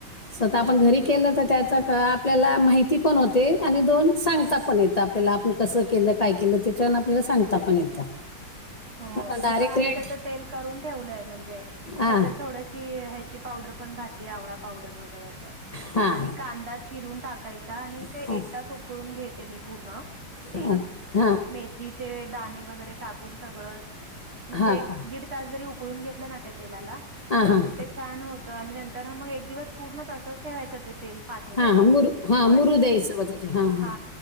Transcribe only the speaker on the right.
हो
मी
पण आता
त्याच तेल करून ठेवलंय म्हणजे
त्याच्यात थोडशी ह्याची पावडर पण घातली आवळा पावडर वगैरे
आणि कांदा चिरून टाकायचा आणि
ते एक तास उकळून घेते मी पूर्ण तेल
मेथीचे दाणे वगैरे टाकून सगळं म्हणजे
एक
दीड तास जरी उकळून घेतलं ना त्या तेलाला
कि ते छान होत आणि नंतर मग एक दिवस पूर्ण तसच ठेवायचं ते तेल पातेला
तसच
उकळलेलं
हा